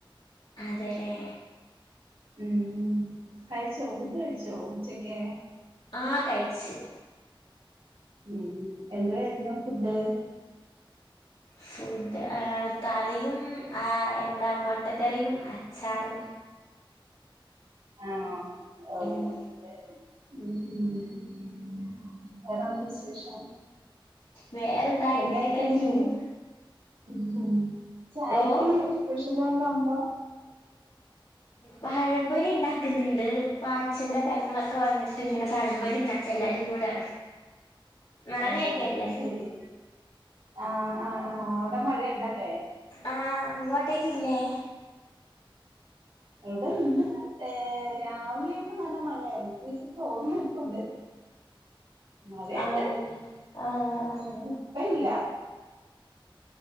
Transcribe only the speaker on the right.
ഉം, ഉം കഴിച്ചോ ഫുഡ്കഴിച്ചോ ഉച്ചക്ക്?
ഉം എന്തുവായിരുന്നു ഫുഡ്?
ആണോ ഓഹ്.
ഉം, ഉം വേറെന്ത്‌വിശേഷം?
അയ്നേരത്തെക്
ഹ് ഉം ചായെക്ക്
സ്പെഷ്യല് വല്ലോംഉണ്ടോ?
ഓഹ് അത് ശരി ആഹ് ആഹ് ആഹ് അവിടെ മഴയുണ്ടല്ലേ
ഇവിടെ ഇന്ന് ഏഹ് രാവിലെ ഒക്കെ നല്ല മഴയായിരുന്നു ഇപ്പ ച്ചി തോർന്ന് ഇപ്പ്ണ്ട് മഴണ്ട്
ഇപ്പ ഇല്ല